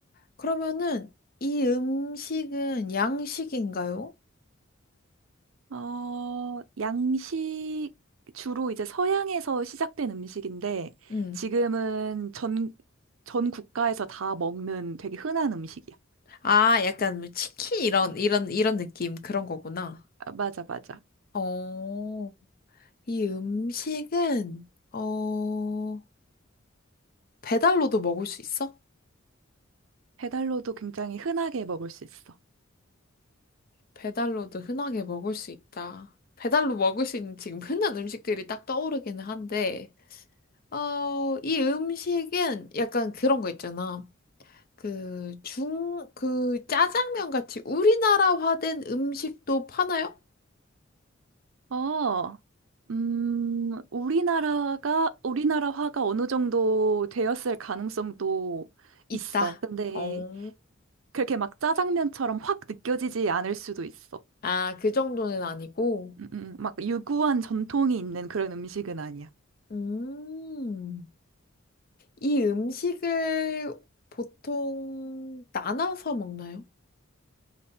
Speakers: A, on the left; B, on the right.
A: 그러면은 이 음식은 양식인가요?
B: 어, 양식, 주로 이제 서양에서 시작된 음식인데,
A: 음.
B: 지금은 전, 전 국가에서 다 먹는 되게 흔한 음식이야.
A: 아, 약간 뭐 치킨 이런 이런 이런 느낌 그런 거구나.
B: 아, 맞아, 맞아.
A: 어, 이 음식은 어 배달로도 먹을 수 있어?
B: 배달로도 굉장히 흔하게 먹을 수 있어.
A: 배달로도 흔하게 먹을 수 있다. 배달로 먹을 수 있는 지금 흔한 음식들이 딱 떠오르기는 한데, 어, 이 음식은 약간 그런 거 있잖아. 그 중, 그 짜장면 같이 우리나라화된 음식도 파나요?
B: 어, 음, 우리나라가, 우리나라화가 어느 정도 되었을 가능성도
A: 있다.
B: 있어. 근데
A: 어.
B: 그렇게 막 짜장면처럼 확 느껴지지 않을 수도 있어.
A: 아, 그 정도는 아니고.
B: 음, 음, 막 유구한 전통이 있는 그런 음식은 아니야.
A: 음. 이 음식을 보통 나눠서 먹나요?